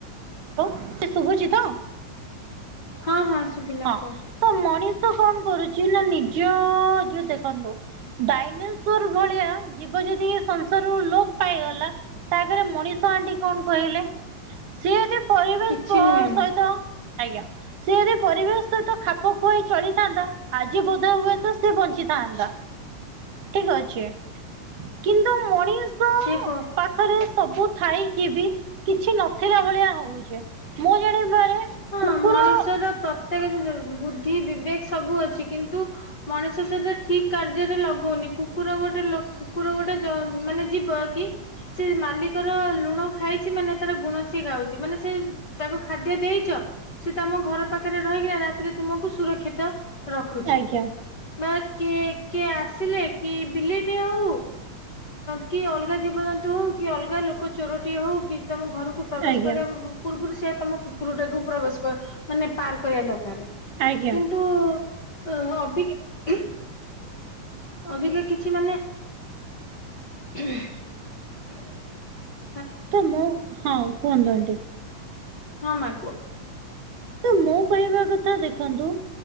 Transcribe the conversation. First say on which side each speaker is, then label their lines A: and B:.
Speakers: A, on the right (about 75°); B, on the left (about 50°).
A: ଲୋ ସି ଶୁଭୁଚି ତ।
B: ହଁ ହଁ ଶୁଭିଲା
A: ହଁ
B: କୁହ
A: ତ ମଣିଷ କଣ କରୁଚି ନା ନିଜଅଅ ଯୋଉ ଦେଖନ୍ତୁ ଲୋ-ଡାଇନେସୋର ଭଳିଆ ଜୀବ ଯଦି ଏ ସଂସାରରୁ ଲୋପ୍ ପାଇଗଲା ତାଆଗରେ ମଣିଷ ଆଣ୍ଟୀ କଣ କହିଲେ ସିଏ ଯଦି ପରିବେଶ
B: କିଛି ନୁହେଁ ମା
A: ସହିତ ଆଜ୍ଞା ସିଏ ଯଦି ପରିବେଶ ସହିତ ଖାପ ଖୁ ଖୁଆଇ ଚଳିଥାନ୍ତା ଆଜି ବୋଧ ହୁଏ ତ ସେ ବଞ୍ଚିଥାନ୍ତା। ଆଚ୍ଛା କିନ୍ତୁ ମଣିଷ
B: ଯିଏ ପ
A: ପାଖରେ ସବୁ ଥାଇକି ବି କିଛି ନଥିଲା ଭଳିଆ ହଉଛେ। ମୁଁ ଜାଣିପାରେ
B: ହଁ
A: କୁକୁର
B: ମଣିଷର ପ୍ରତ୍ୟେକ ଜିନିଷ ବୁଦ୍ଧି ବିବେକ ସବୁ ଅଛି କିନ୍ତୁ ମଣିଷ ସେଟା ଠିକ କାର୍ଯ୍ୟରେ ଲଗଉନି କୁକୁର ଗୋଟେ କୁକୁର ଗୋଟେ ମାନେ ଯିବ କି ସେ ମାଲିକର ଲୁଣ ଖାଇଛି ମାନେ ତାର ଗୁଣ ସିଏ ଗାଉଛି ମାନେ ସେ ତାକୁ ଖାଦ୍ୟ ଦେଇଛ ସେ ତମ ଘର ପାଖରେ ରହିକିନା ରାତିରେ ତୁମକୁ ସୁରକ୍ଷିତ। ରଖୁଛି
A: ଆଜ୍ଞା
B: ବା କିଏ କିଏ ଆସିଲେ କି ବିଲେଇ ଏତେ ଆଉ କି ଆଁ କି ଅଲଗା ଜୀବଜନ୍ତୁ ହଉ କି ଅଲଗା ଲୋକ ଚୋରଟିଏ ହଉ କି ତମ ଘରକୁ ପ୍ରବେଶ
A: ଆଜ୍ଞା
B: କରିବା ପୂର୍ବରୁ ସେ ତମ କୁକୁର ଟାକୁ ପ୍ରବେଶ ମାନେ ପାର କରିବା ଦରକାର।
A: ଆଜ୍ଞା
B: କିନ୍ତୁ ହ ଅଭିଜ୍ଞା ଅଭିକା କିଛି ମାନେ ହୁଁ।
A: ତ ମୁଁ ହଁ କୁହନ୍ତୁ ଏନଟି
B: ହଁ ମା କୁହ?
A: ତ ମୁଁ କହିବା କଥା ଦେଖନ୍ତୁ?